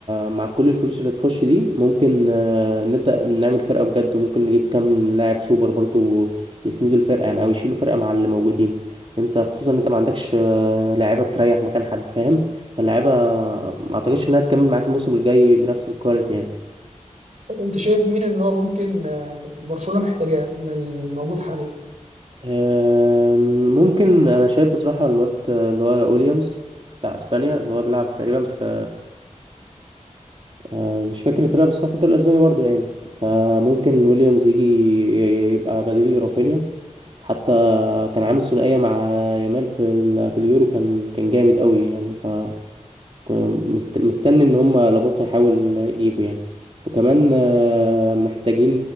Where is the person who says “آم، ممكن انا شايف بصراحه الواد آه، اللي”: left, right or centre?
Right